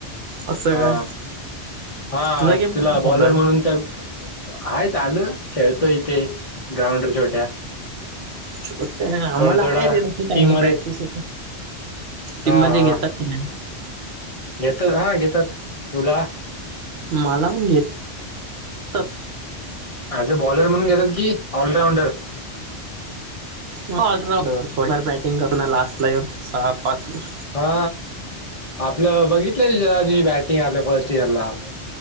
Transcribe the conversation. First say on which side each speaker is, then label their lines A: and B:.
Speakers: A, on the right; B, on the left.
A: असं
B: हा
A: काय
B: हा
A: तुझा गेम
B: तुला
A: कसा चाललाय
B: बॉलर म्हणून त्या. हाय चालू खेळतो इथे ग्राउंडवर छोट्या
A: छोट्या आम्हाला
B: थोडं थोडं
A: आहे रे तसं चांगल
B: टीम मध्ये
A: प्रॅक्टिस होत. टीम
B: हा
A: मध्ये घेतात
B: हा
A: का नाही?
B: घेतात हा घेतात तुला
A: मला कोण घेतयं त
B: आज अ बॉलर म्हणून घेतात की ऑलराऊंडर
A: मग अठरा धर थोडीफार बॅटिंग करू ना लास्ट ला येऊन सहा पाच वर
B: हा आपलं बघितलंय यांच्या आधी बॅटिंग आपल्या फर्स्ट इयरला